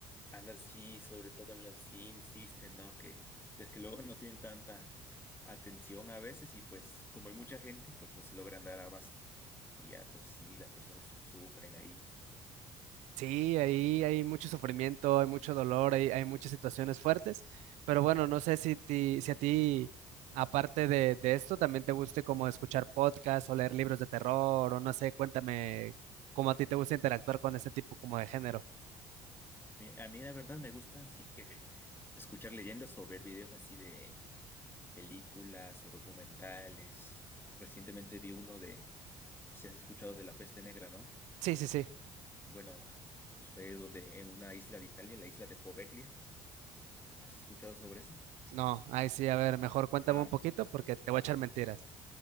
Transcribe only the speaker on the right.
Sí, ahí hay mucho sufrimiento, hay mucho dolor, hay, hay muchas situaciones fuertes, pero bueno, no sé si, ti- si a ti, aparte de, de esto, también te guste como escuchar podcasts o leer libros de terror, o no sé, cuéntame cómo a ti te gusta interactuar con este tipo como de género.
Sí, sí, sí.
No, ahí sí, a ver, mejor cuéntame
un poquito porque te voy a echar mentiras.